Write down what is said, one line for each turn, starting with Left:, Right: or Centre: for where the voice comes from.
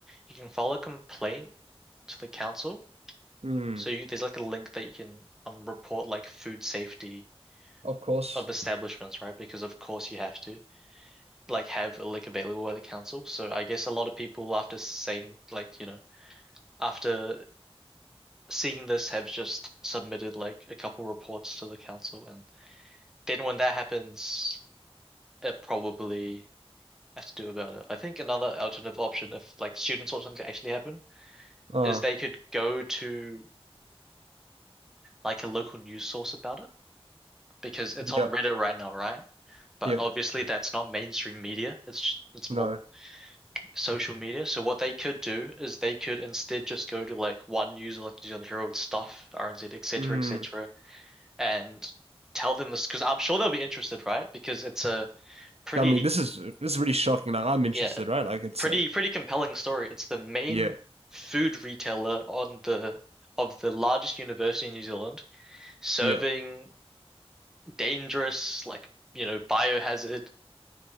Centre: you can file a complaint to the council.
Right: Hmm.
Centre: So you, there's like a link that you can um report like food safety
Right: Of course.
Centre: of establishments, right? Because of course you have to like have a link available at the council. So I guess a lot of people after saying like, you know, after seeing this have just submitted like a couple reports to the council and then when that happens, it probably have to do about it. I think another alternative option if like students want something to actually happen
Right: Uh
Centre: is they could go to like a local news source about it because it's
Right: yeah,
Centre: on Reddit right now, right? But
Right: yeah,
Centre: obviously that's not mainstream media. It's it's
Right: no.
Centre: more social media. So what they could do is they could instead just go to like one user, like New Zealand Herald stuff, RNZ, et cetera,
Right: Hmm.
Centre: et cetera, and tell them this because I'm sure they'll be interested, right? Because it's a pretty,
Right: I mean this is this is really shocking. Like I'm interested,
Centre: yeah,
Right: right? Like it's
Centre: pretty
Right: like
Centre: pretty compelling story. It's the main
Right: yeah,
Centre: food retailer on the of the largest university in New Zealand, serving
Right: yeah,
Centre: dangerous, like, you know, biohazard,